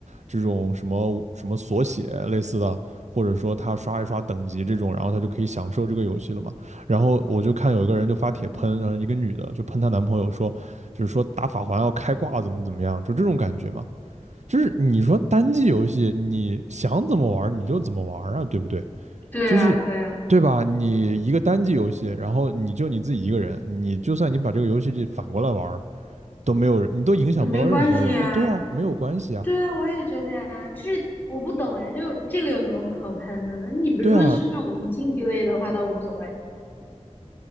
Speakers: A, on the right; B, on the left.
A: 这种什么什么锁血类似的，或者说他刷一刷等级这种，然后他就可以享受这个游戏了嘛。然后我就看有一个人就发帖喷，
B: 嗯，
A: 然后一个女的就喷她男朋友说，就是说打法环要开挂怎么怎么样，就这种感觉嘛。就是你说单机游戏，你想怎么玩你就怎么玩啊，对不对？
B: 对啊，
A: 就是对吧？
B: 对啊，
A: 你一个单机游戏，然后你就你自己一个人，你就算你把这个游戏反过来玩儿，都没有人，你都影响不到任何人。
B: 那没关系呀，
A: 呃对啊，没有关系啊。
B: 对啊，我也觉得呀，这我不懂哎，就这个有什么可喷的呢？你比如说是那种竞技类的话，
A: 对啊，
B: 倒无所谓，